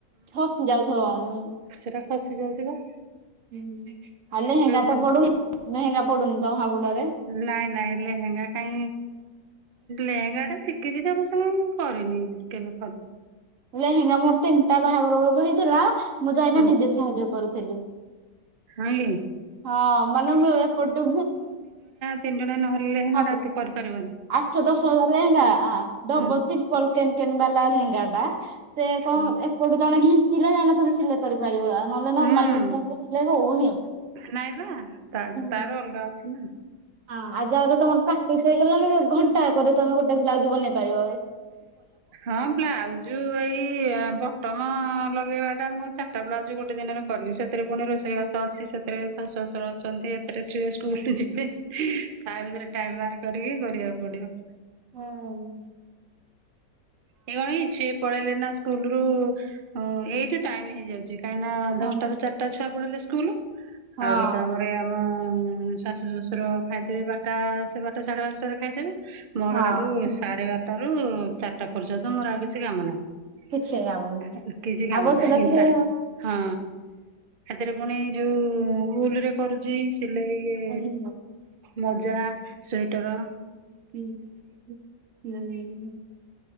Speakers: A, on the right; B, on the right.
A: ହସି ଯାଉଥିବ ଆ।
B: ସେରା ଖସି ଯାଉଛିିବା।
A: ହୁଁ ଆଉ ଲେହେଙ୍ଗା
B: ମାନେ
A: ତ ପଡୁନି ଲେହେଙ୍ଗା ପଡୁନି ତ ହାବୁଡରେ।
B: ନାଇଁ ନାଇଁ ଲେହେଙ୍ଗା କାଇଁ। ଲେହେଙ୍ଗା ଟା ଶିଖିଛି ଯେ ମୁଂସେମିତି ସେ କରିନି କେବେ କ
A: ଲେହେଙ୍ଗା ମୋର ତିନିଟା ବାହାଘର ବେଳକୁ ହେଇଥିଲା ମୁଁ ଯାଇନା
B: ହଁ
A: ନିଜେ ସାହାଯ୍ୟ କରୁଥିଲି।
B: ହଂ କି।
A: ହଁ ମାନେ ମୁଁ ଏପଟୁ
B: ତିନ ଜଣିଆ ନହଲେ
A: ହବ
B: <unintelligible>
A: ଆଠ ଦଶ ହଜାର ଲେହେଙ୍ଗା ଆ ଡବଲ
B: ହୁଁ
A: ତ୍ରିପଲ୍ କେନ କେନ୍ ବାଲା ଲେହେଙ୍ଗା ଟା ସେ କଣ
B: ହୁଁ
A: ଏପଟୁ ଜଣେ ଘିଞ୍ଚିଲେ ଜାଇକିନା ତମ ସିଲେ କରିପାରିବ ନହେଲେ ନର୍ମାଲ
B: ହୁଁ
A: ମେସିନ ରେ ସିଲେଇ ହଉନି।
B: ନାଇଁ ବା ତା
A: ହୁଁ।
B: ତାର ଅଲଗା ଅଛି ନା।
A: ହଁ ଆଜି ଆ ତମର ପ୍ରାକ୍ଟିସ ହେଇଗଲାଣି ଘଣ୍ଟାଏ କରି ତମେ ଗୋଟେ ବ୍ଲାଉଜ ବନେଇ ପାରିବ ଏବେ।
B: ହଁ ବ୍ଲାଉଜ। ଯୋଉ ଏଇ ବଟମ ଲଗେଇବା ଟା ମୁଁ ଚାରିଟା ବ୍ଲାଉଜ ଗୋଟେ ଦିନରେ ଲ କରିବି ସେଥିରେ ପୁଣି ରୋଷେଇ ବାସ ଅଛି ସେଥିରେ ଶାଶୁ ଶଶୁର ଅଛନ୍ତି ଏଥିରେ ଛୁଏ ସ୍କୁଲୁ ଯିବେ। ତା ଭିତରେ ଟାଇମ ବାହାର କରିକି କରିବାକୁ ପଡିବ।
A: ହୁଁ।
B: <unintelligible> ସିଏ ପଳେଇଲେନା ସ୍କୁଲରୁ ହ ଏଇଠି ଟାଇମ ହେଇଯାଉଚି କାହିଁକ ନା
A: ହଁ
B: ଦଶଟାରୁ ଚାରିଟା ଛୁଆ ପଳେଇଲେ ସ୍କୁଲ
A: ହଁ
B: ଆଉ ହୁଏତ ଆମର ଏ ଆମ ଅ ଶାଶୁ ଶ୍ୱଶୁର ଖାଇଦେବେ ବାରଟା ସେ ବାରଟା ସାଢେ ବାରଟାରେ ଖାଇଦେବେ ମୋର
A: ହଁ
B: ହେଠୁ ସାଢେ ବାରଟା ଟାରୁ ଚାରିଟା ପର୍ଯ୍ୟନ୍ତ ମୋର ଆଉ କିଛି କାମ ନାହିଁ।
A: କିଛି ଲାଭ ନାହିଁ।
B: କିଛି କାମ
A: ଆଉ ବସିଲେ
B: ନାହିଁ
A: କିଏ
B: ତା ହଁ। ହେଥିରେ ପୁଣି ଯୋଉ ଉ ଉଲରେ କରୁଚି ସିଲେଇ ଇଏ
A: <unintelligible>
B: ମୋଜା ସୁଇଟର।
A: <unintelligible>